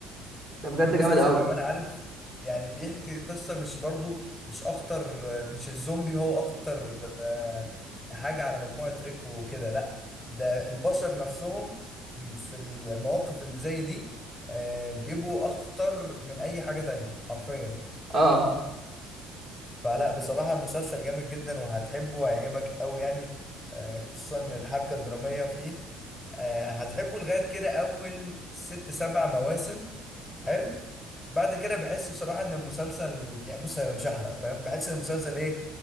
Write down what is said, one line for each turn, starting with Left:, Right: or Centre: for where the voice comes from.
Right: ده بجد
Centre: والمسلسل
Right: جامد قوي
Centre: كمان عارف يعني بيحكي قصة مش برضو مش أخطر مش الزومبي هو أخطر آه، حاجة على مجموعة ريك وكده لأ ده البشر نفسهم في المواقف اللي زي دي آه، بيبقوا أخطر من أي حاجة تانية حرفيا
Right: اه
Centre: فلا بصراحة المسلسل جامد جدا وهتحبه وهيعجبك أوي يعني آه، خصوصا الحبكة الدرامية فيه آه، هتحبه لغاية كده أول ست سبع مواسم حلو بعد كده بحس بصراحة إن المسلسل يعني بص أنا مش هحرق فاهم بحس إن المسلسل إيه